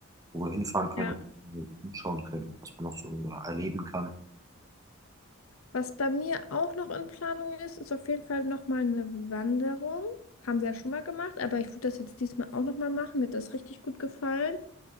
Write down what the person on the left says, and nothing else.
Ja.
Was bei mir auch noch in Planung ist, ist auf jeden Fall nochmal eine Wanderung. Haben wir ja schon mal gemacht, aber ich würde das jetzt diesmal auch nochmal machen. Mir hat das richtig gut gefallen.